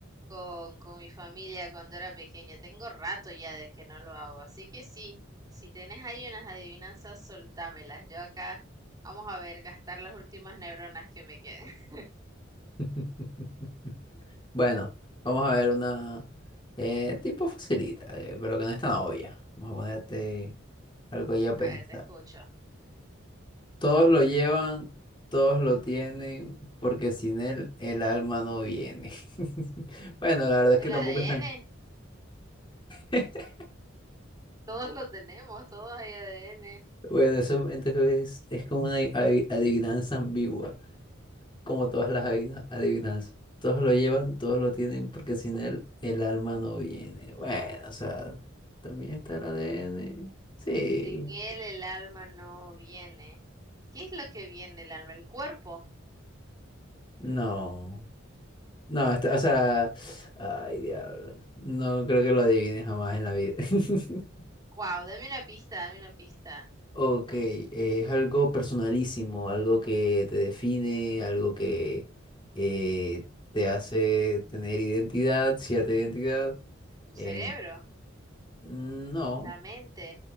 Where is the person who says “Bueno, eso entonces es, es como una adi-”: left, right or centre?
Left